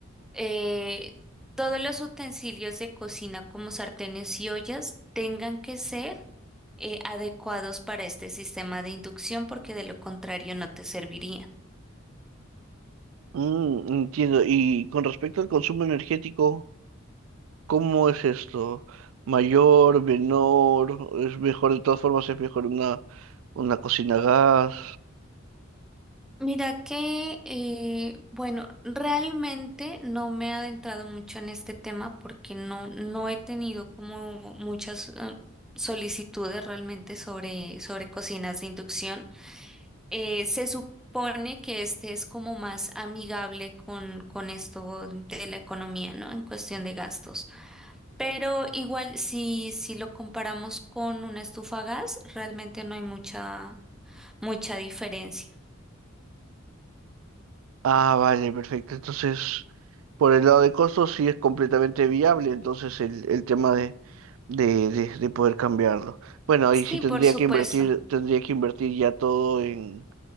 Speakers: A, in the centre; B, on the right.
A: eh, todos los utensilios de cocina como sartenes y ollas tengan que ser eh, adecuados para este sistema de inducción porque de lo contrario no te servirían.
B: Mm, entiendo. Y con respecto al consumo energético, ¿cómo es esto? ¿Mayor, menor? ¿Es mejor, de todas formas, es mejor una, una cocina a gas?
A: Mira que, eh, bueno, realmente no me he adentrado mucho en este tema porque no, no he tenido como muchas eh, solicitudes realmente sobre, sobre cocinas de inducción. Eh, se supone que este es como más amigable con, con esto de la economía, ¿no? En cuestión de gastos. Pero igual, si, si lo comparamos con una estufa a gas, realmente no hay mucha, mucha diferencia.
B: Ah, vale, perfecto. Entonces, por el lado de costos sí es completamente viable, entonces el, el tema de, de, de, de poder cambiarlo. Bueno, ahí
A: Sí,
B: sí tendría
A: por supuesto.
B: que invertir, tendría que invertir ya todo en,